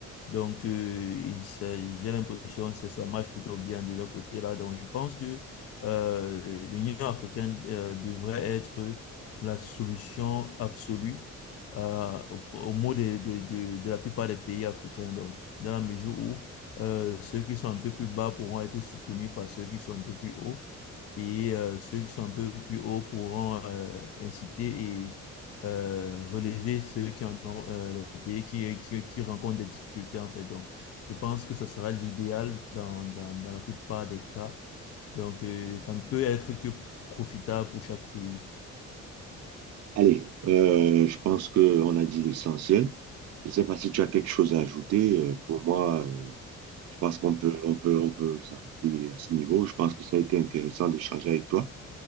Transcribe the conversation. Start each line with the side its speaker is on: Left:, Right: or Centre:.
Left: Donc, euh, il s'a- j'ai l'impression que ça, ça marche plutôt bien de leur côté là. Donc, je pense que euh, l'Union africaine euh, devrait être la solution absolue euh, au, pro- au mot de, de, de, de la plupart des pays africains. Donc, dans la mesure où euh, ceux qui sont un peu plus bas pourront être soutenus par ceux qui sont un peu plus hauts et euh, ceux qui sont un peu plus hauts pourront euh, inciter et euh, relever ceux qui en ont, euh, les pays qui, qui, qui rencontrent des difficultés, en fait. Donc, je pense que ça sera l'idéal dans, dans, dans la plupart des cas. Donc, euh, ça ne peut être que profitable pour chaque pays.
Right: Allez, euh, je pense qu'on a dit l'essentiel. Je ne sais pas si tu as quelque chose à ajouter. Euh, pour moi, euh, je pense qu'on peut, on peut, on peut s'arrêter à ce niveau. Je pense que ça a été intéressant d'échanger avec toi